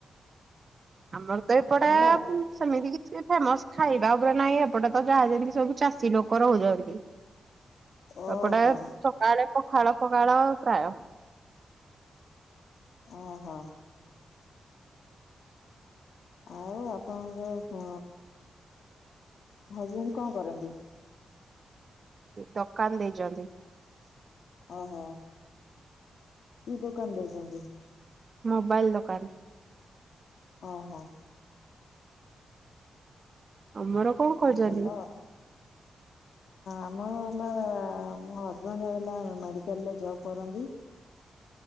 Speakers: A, on the right; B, on the left.
A: ଆମର ତ ଏପଟେ
B: ହ୍ୟାଲୋ
A: ସେମିତି କିଛି ଫେମସ ଖାଇବା ଉପରେ ନାହିଁ ଏପଟେ ତ ଯାହା ଯେମିତି ସବୁ ଚାଷୀ ଲୋକ ରହୁଛନ୍ତି।
B: ଓହୋ।
A: ଏପଟେ ସକାଳେ ପଖାଳ ଫଖାଳ ପ୍ରାୟ।
B: ଓହୋ। ଆଉ ଆପଣଙ୍କ ହଜବେଣ୍ଡ କଣ କରନ୍ତି?
A: ଦୋକାନ ଦେଇଛନ୍ତି।
B: ଓ ହୋ କି ଦୋକାନ ଦେଇଛନ୍ତି?
A: ମୋବାଇଲ ଦୋକାନ।
B: ଓହୋ।
A: ଆମର କଣ କରୁଛନ୍ତି?
B: ହ ଭଲ ଅଁ ଆମର ହେଲା ମୋ ହଜବେଣ୍ଡ ହେଲା ମେଡିକାଲରେ ଜବ କରନ୍ତି।